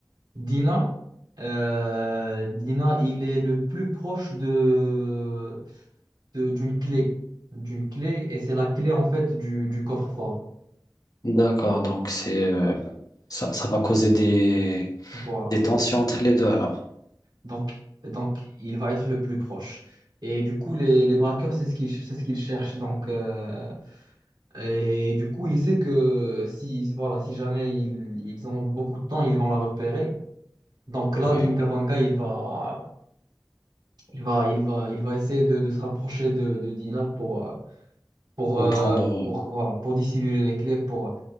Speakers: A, on the right; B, on the left.
A: Dina, euh, Dina, il est le plus proche de, de- d'une clé, d'une clé, et c'est la clé en fait du, du coffre-fort.
B: D'accord, donc c'est euh, ça, ça va causer des,
A: Voilà.
B: des tensions entre les deux alors.
A: Donc, donc, il va être le plus proche. Et du coup, les, les braqueurs, c'est ce qu'ils, c'est ce qu'ils cherchent. Donc, euh, et du coup, il sait que si, voilà, si jamais ils, ils ont beaucoup de temps, ils vont la repérer. Donc là,
B: Oui,
A: Dingabanga, il va, il va, il va, il va essayer de, de se rapprocher de, de Dina pour, euh, pour,
B: pour
A: euh,
B: prendre.
A: pour, voilà, pour dissimuler les clés. Pour,